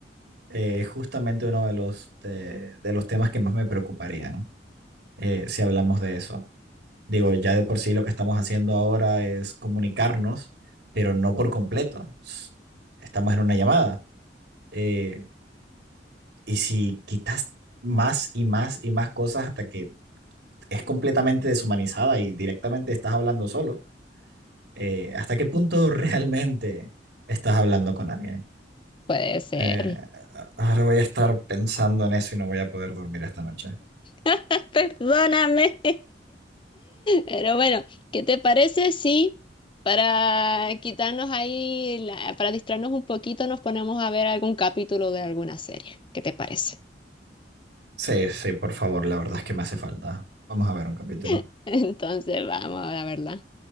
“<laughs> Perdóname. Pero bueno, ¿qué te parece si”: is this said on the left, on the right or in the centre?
Left